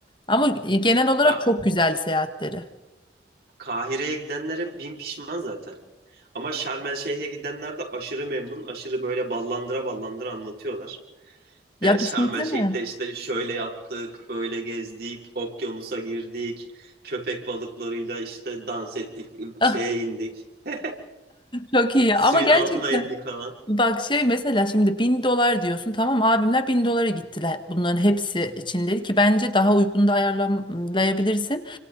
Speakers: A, on the left; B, on the right.
A: Ama e, genel
B: <laughs>
A: olarak
B: Ka
A: çok güzel seyahatleri.
B: Kahire'ye gidenlere bin pişman zaten. Ama Şarm El Şeyh'e gidenler de aşırı memnun, aşırı böyle ballandıra ballandıra anlatıyorlar.
A: Ya
B: E, Şarm
A: düşünsene.
B: El Şeyh'te
A: <laughs>
B: işte şöyle yaptık, böyle gezdik, okyanusa girdik, köpek balıklarıyla işte dans ettik,
A: Ah,
B: şeye indik. <laughs>
A: Çok iyi
B: Suyun
A: ama gerçekten.
B: altına indik falan.
A: Bak şey mesela şimdi bin dolar diyorsun tamam abimler bin dolara gittiler bunların hepsi için dedi ki bence daha uygun da ayarlayabilirsin.